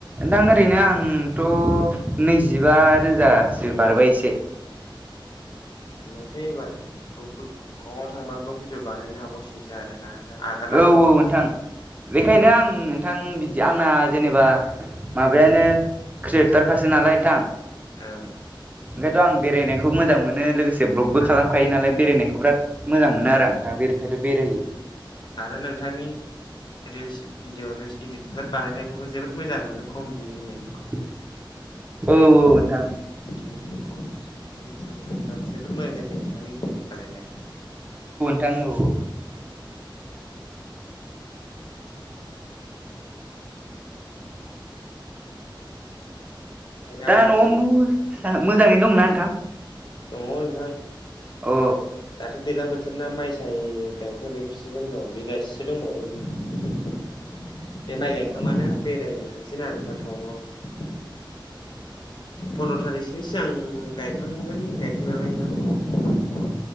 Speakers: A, on the right; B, on the left.
A: नोंथां ओरैनो आंथ' नैजिबा रोजासो बारबाय एसे। <inaudible>
B: होनबाथाय एबार ब्लक बि टावां आव थांब्ला ब्लक भिडिअ बानायनो हाबावसिनगोनसो आरो ना। आगारनो
A: औ
B: हाबावसिगोनसो।
A: नोंथां बेखायनो आं नोंथां बिदि आंना जेनेबा माबायानो। क्रियेटार खासो नालाय नोंथां।
B: औ।
A: बेखायथ' आं बेरायनायखौ मोजां मोनो लोगोसे ब्लगबो खालामखायो नालाय बेरायनायखौ बिराद। मोजां मोनो
B: ओं
A: आरो नोंथां बेर ओंखायनोथ' बेरायो।
B: आरो नोंथांनि रिल्स भिडिअ रिल्स इदितफोर बानायनायखौबो जोबोद मोजां मोनो कमेडि होनाय।
A: औ औ नोंथां।
B: इमसन कमि इमसन होनायफोराबो जोबोद मोजां जायो नोंथांनि इदित बानायनाया।
A: थाङो औ।
B: ओंखायनो
A: दा
B: आंबो।
A: न'आव मोजाङैनो दंना नोंथां।
B: दङ नोंथां।
A: अ।
B: दाथ' दैलां बोथोरना माइ साय गायखां जोबसिगोन र' बिगासेसो दंबावो नोंथां। बे माइ गायखां बानो बेरायनो थांसै ना नोंथां टाउनाव। फन्द्र' थारिखसोनि सिगां गायखांगोन गायखां नालाय नोंथां।